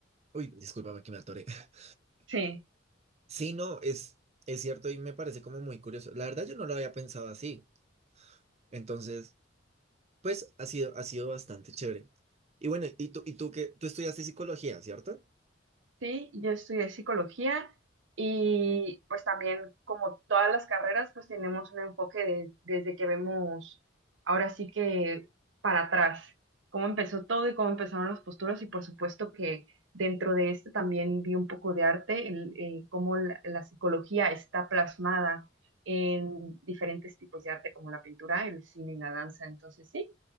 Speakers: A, on the right; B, on the right.
A: Uy, discúlpame que me atoré. <laughs>
B: Sí.
A: Sí, no, es, es cierto y me parece como muy curioso. La verdad yo no lo había pensado así. Entonces, pues ha sido, ha sido bastante chévere. Y bueno, y tú, y tú qué, tú estudiaste psicología, ¿cierto?
B: Sí, yo estudié psicología y pues también como todas las carreras pues tenemos un enfoque de- desde que vemos ahora sí que para atrás, cómo empezó todo y cómo empezaron las posturas y por supuesto que dentro de esto también vi un poco de arte, el, eh, cómo la, la psicología está plasmada en diferentes tipos de arte como la pintura, el cine y la danza, entonces sí,